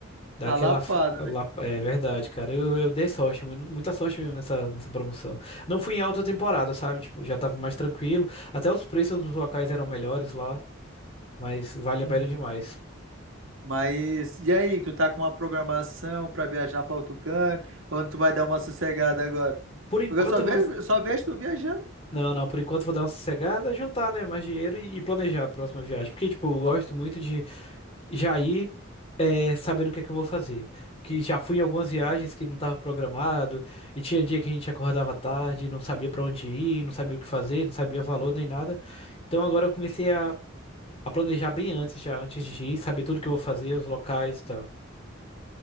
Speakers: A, on the left (about 30°); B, on the right (about 75°).
A: Daquela
B: a lapada.
A: f- lá,
B: né?
A: é verdade, cara. Eu, eu dei sorte, mui- muita sorte mesmo nessa nessa promoção. Não fui em alta temporada, sabe? Tipo, já tava mais tranquilo. Até os preços dos locais eram melhores lá, mas vale a
B: Uhum.
A: pena demais.
B: Mas e aí, tu tá com uma programação pra viajar pra outro canto? Onde tu vai dar uma sossegada agora?
A: Por enquanto,
B: Porque eu só
A: eu
B: vejo,
A: vou,
B: eu só vejo tu viajando.
A: Não, não, por enquanto vou dar uma sossegada, juntar, né, mais dinheiro e, e planejar a próxima viagem. Porque, tipo, eu gosto muito de já ir é, sabendo o que é que eu vou fazer. Que já fui em algumas viagens que não estava programado, e tinha dia que a gente acordava tarde, não sabia pra onde ir, não sabia o que fazer, não sabia valor nem nada. Então agora eu comecei a, a planejar bem antes, já antes de ir, saber tudo que eu vou fazer, os locais e tal.